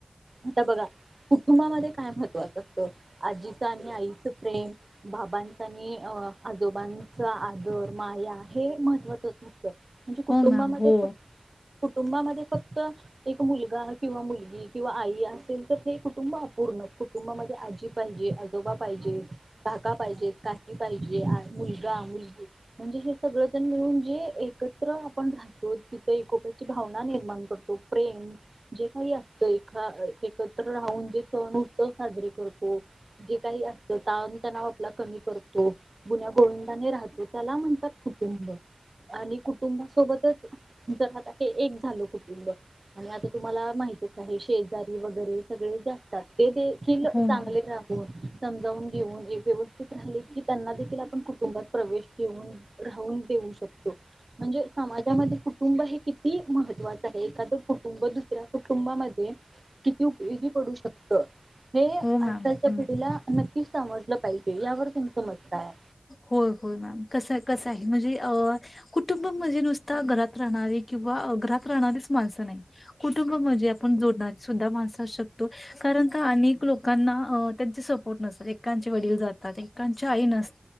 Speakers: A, on the right; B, on the left.
A: आता बघा कुटुंबामध्ये काय महत्वाचं असतं? आजीचं आणि आईचं प्रेम, बाबांच आणि आजोबांचा आदर, माया हे महत्त्वाच असतं. म्हणजे कुटुंबामध्ये
B: हो मॅम हो
A: ख कुटुंबामध्ये फक्त एक मुलगा किंवा मुलगी किंवा आई असेल तर ते कुटुंब अपूर्ण. कुटुंबामध्ये आजी पाहिजे, आजोबा पाहिजे, काका पाहिजे, काकी पाहिजे मुलगा मुलगी म्हणजे हे सगळं जण मिळून जे एक एकत्र आपण राहतो तिथ एकोप्याची भावना निर्माण करतो प्रेम जे काही असत ए एकत्र राहून जे सण उत्सव साजरे करतो. जे काही असत ताण तणाव आपला कमी करतो. गुन्या गोविंदाने राहतो त्याला म्हणतात कुटुंब. आणि कुटुंबासोबतच जर आता हे एक झाल. कुटुंब आणि आता तुम्हाला माहतीच आहे शेजारी वगैरे सगळे जे असतात ते देखिल
B: हो
A: चांगले
B: मॅम
A: राहून समजावून घेऊन एक व्यवस्थित राहीलीत की त्यांना देखील आप कुटुंबात प्रवेश देऊन राहून देऊ शकतो. म्हणजे समाजामध्ये कुटुंब हे किती ही महत्वाच आहे एखादं कुटुंब दुसऱ्या कुटुंबामध्ये किती उपयोगी पडू शकत. हे आजकालच्या
B: हो मॅम हं.
A: पिढीला नक्की की समजलं पाहिजे. यावर तुमचं मत काय आहे?
B: होय होय होय मॅम कस कस हाय म्हणजे कुटुंब म्हणजे नुसता घरात राहणारी किंवा घरात राहणारीच मानस नाही. कुटुंब म्हणजे आपण जोडणारी सुद्धा माणसं असू शकतो. कारण का अनेक लोकांना त्यांजीचे सपोर्ट नसतात एकेकांचे वडील जातात, एकेकाची आई नस